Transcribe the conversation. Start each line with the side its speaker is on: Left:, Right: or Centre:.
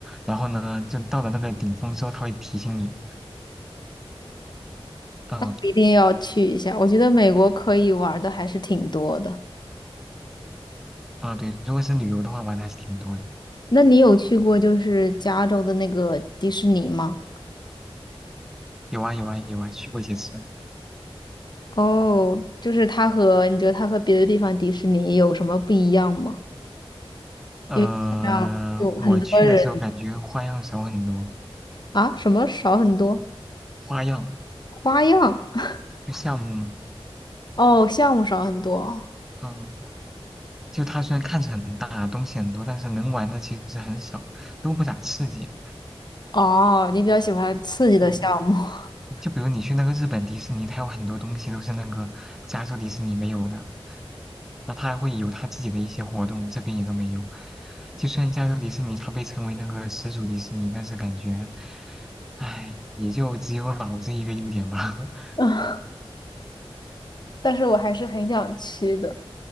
Centre: 然后呢，就到了那个顶峰之后，它会提醒你，嗯、
Left: 那我一定要去一下。我觉得美国可以玩的还是挺多的。
Centre: 啊，对，如果是旅游的话，玩的还是挺多的，
Left: 那你有去过就是加州的那个迪士尼吗？
Centre: 有啊有啊有啊，去过几次。
Left: 哦，就是它和你觉得它和别的地方迪士尼有什么不一样吗？
Centre: 呃，
Left: 因为这样有很多人
Centre: 我去的时候感觉花样少很多，
Left: 啊，什么少很多
Centre: 花样
Left: 花样 <laughs>
Centre: 就项目
Left: 哦，项目少很多。
Centre: 嗯，啊就它虽然看着很大，东西很多，但是能玩的其实很少，都不咋刺激。
Left: 哦，你比较喜欢刺激的项目。
Centre: 对，
Left: <laughs>
Centre: 就比如你去那个日本迪士尼，它有很多东西都是那个加州迪士尼没有的，那它还会有它自己的一些活动，这边也都没有。就虽然加州迪士尼它被称为那个始祖迪士尼，但是感觉，唉，也就只有老这一个优点吧。<laughs>
Left: 嗯，但是我还是很想去的，